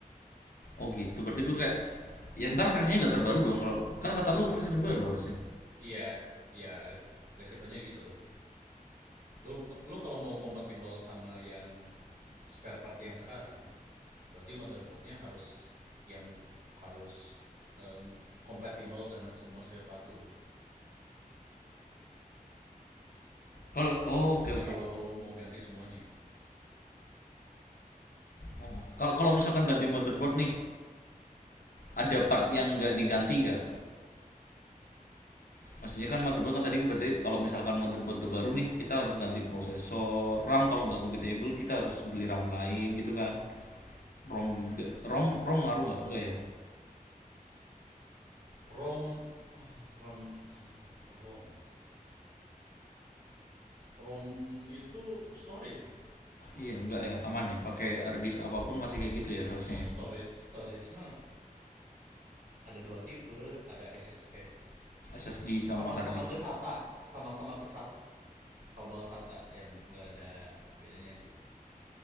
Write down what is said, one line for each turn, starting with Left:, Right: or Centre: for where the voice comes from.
Left: oh gitu berarti gue kayak ya ntar versinya nggak terbaru dong kalau kan kata lu versi terbaru
Right: I-
Left: harusnya
Right: Iya, iya resikonya gitu. Lu lu kalau mau kompatibel sama yang spare part yang sekarang, berarti motherboardnya harus yang harus eh, kompatibel dengan semua spare part lu.
Left: kalau oh
Right: Kecuali
Left: oke okay, oke
Right: kalau
Left: Okay.
Right: lu mau ganti semuanya.
Left: oh kalau kalau misalkan ganti motherboard nih ada part yang nggak diganti nggak maksudnya kan motherboard kan tadi berarti kalau misalkan motherboard itu baru nih kita harus ganti prosesor RAM kalau nggak compatible kita harus beli RAM lain gitu kan ROM juga
Right: Hmm.
Left: ROM ROM ngaruh nggak nggak ya
Right: ROM ah, RAM ah, ROM ROM itu storage ah,
Left: Iya, enggak ya, aman ya. Pakai hard disk apapun masih kayak gitu ya harusnya
Right: storage
Left: ya.
Right: storage mah ada dua tipe ada S S SSD
Left: SSD
Right: sama-sama
Left: sama hard disk.
Right: ke sama-sama ke Kabel Sata yang nggak ada bedanya sih.